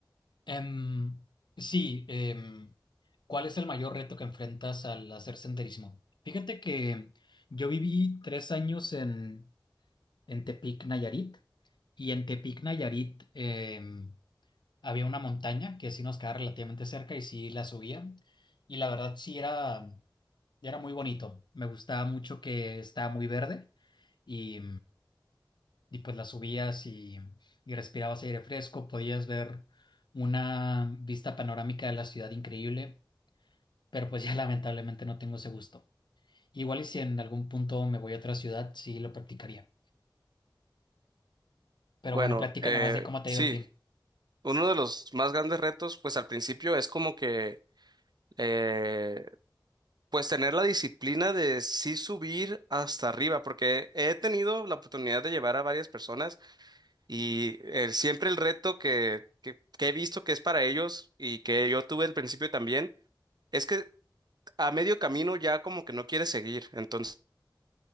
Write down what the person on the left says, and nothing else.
Em, sí, em, ¿cuál es el mayor reto que enfrentas al hacer senderismo? Fíjate que yo viví tres años en, en Tepic, Nayarit, y en Tepic, Nayarit, em, había una montaña que sí nos quedaba relativamente cerca y sí la subía. Y la verdad sí era, era muy bonito. Me gustaba mucho que estaba muy verde y, y pues la subías y, y respirabas aire fresco, podías ver una vista panorámica de la ciudad increíble, pero pues ya <laughs> lamentablemente no tengo ese gusto. Igual y si en algún punto me voy a otra ciudad, sí lo practicaría. Pero
bueno, platícame
más de cómo te
ha ido a ti.